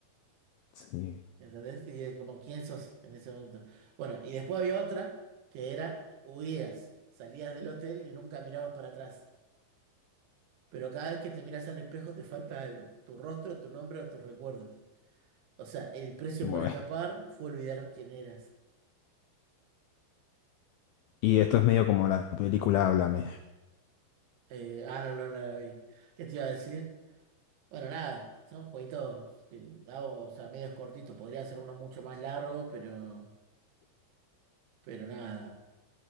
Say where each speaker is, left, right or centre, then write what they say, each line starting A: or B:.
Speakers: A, on the left (about 85°); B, on the right (about 75°).
A: Sí,
B: ¿Entendés? Y eh, como, ¿quién sos en ese momento? Bueno, y después había otra que era huías. Salías del hotel y nunca mirabas para atrás. Pero cada vez que te miras al espejo te falta algo. Tu rostro, tu nombre o tus recuerdos. O sea, el precio
A: bueno.
B: por escapar fue olvidar quién eras.
A: Y esto es medio como la película Háblame.
B: Eh, ah, no, no, no la vi. ¿Qué te iba a decir? Bueno, nada, son jueguitos que hago, o sea, medios cortitos. Podría ser uno mucho más largo, pero, pero nada.